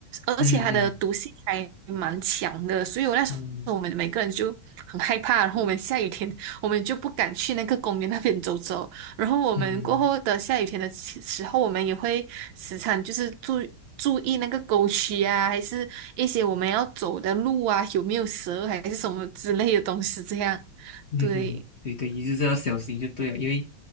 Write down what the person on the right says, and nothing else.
而且它的毒性还蛮强的，
所以我那时候我们每个人就很害怕。
然后我们下雨天，我们就不敢去那个公园那边走走。然后我们过后的下雨天的时时候，
我们也会时常就是注意注意那个沟渠啊，还是一些我们要走的路啊，有没有蛇还是什么之类的东西这样。
对，